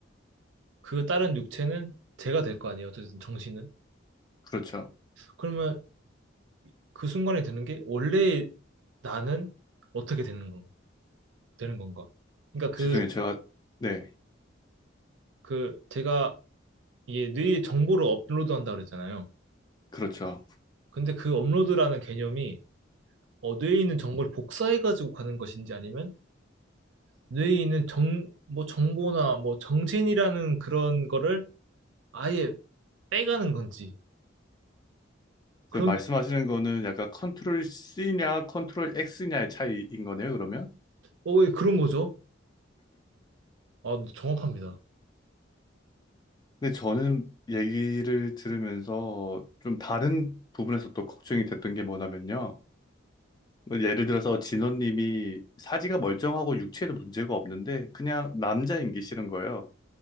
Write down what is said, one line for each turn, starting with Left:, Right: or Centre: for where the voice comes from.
Right: 그 다른 육체는 제가 될 거 아니에요. 어쨌든 정신은.
Left: 그렇죠.
Right: 그러면 그 순간에 드는 게 원래 나는 어떻게 되는 거, 되는 건가? 그러니까
Left: 죄송해요.
Right: 그,
Left: 제가, 네,
Right: 그 제가 이게 뇌에 정보를 업로드한다 그랬잖아요.
Left: 그렇죠.
Right: 근데 그 업로드라는 개념이 어, 뇌에 있는 정보를 복사해가지고 가는 것인지 아니면 뇌에 있는 정, 뭐 정보나 뭐 정신이라는 그런 거를 아예 빼가는 건지 그런,
Left: 그 말씀하시는 거는 약간 컨트롤 C냐 컨트롤 X냐의 차이인 거네요, 그러면?
Right: 어, 예, 그런 거죠. 아, 정확합니다.
Left: 근데 저는 얘기를 들으면서 좀 다른 부분에서 또 걱정이 됐던 게 뭐냐면요. 뭐 예를 들어서 진원님이 사지가 멀쩡하고 육체에도 문제가 없는데 그냥 남자인 게 싫은 거예요.